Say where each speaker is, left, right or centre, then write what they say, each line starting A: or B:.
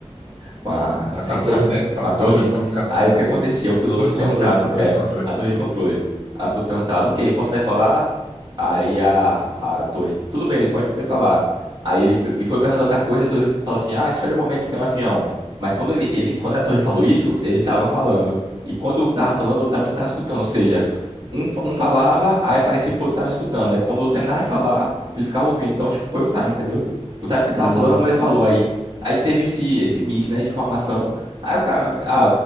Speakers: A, on the right; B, on the right.
A: com a
B: Tá
A: central,
B: com a torre, né? Com
A: com
B: a
A: a torre.
B: com a torre de comunicação,
A: Aí o
B: né?
A: que acontecia?
B: Isso.
A: O piloto
B: Torre
A: perguntava,
B: de controle, torre
A: é,
B: de controle.
A: a torre
B: Foi.
A: de controle. Aí o piloto perguntava, ok, posso decolar? Aí a, a torre, tudo bem, pode decolar. Aí ele pe- e foi perguntar outra coisa, a torre falou assim: "Ah, espera um momento que tem um avião". Mas quando ele, ele quando a torre falou isso, ele tava falando. E quando eu tava falando, o outro também tava escutando, ou seja, um, fa- um falava, aí parecia que o outro tava escutando. Aí quando o terminava de falar, ele ficava ouvindo. Então, tipo, foi um time, entendeu? O time que ele
B: Foi,
A: tava falando, a mulher falou. Aí aí teve esse esse miss, né, de informação. Aí o cara, ah,